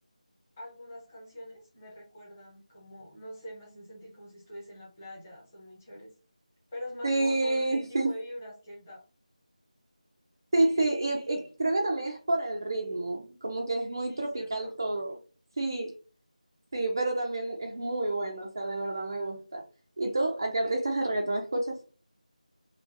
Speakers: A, on the left; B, on the right.
A: algunas canciones me recuerdan, como, no sé, me hacen sentir como si estuviese en la playa, son muy chéveres. Pero es más
B: Sí,
A: como por el tipo
B: sí,
A: de vibras que él da.
B: Sí, sí, y, y creo que también es por el ritmo, como que es muy
A: Sí,
B: tropical
A: cierto.
B: todo. Sí, sí, pero también es muy bueno, o sea, de verdad me gusta. ¿Y tú, a qué artistas de reggaetón escuchas?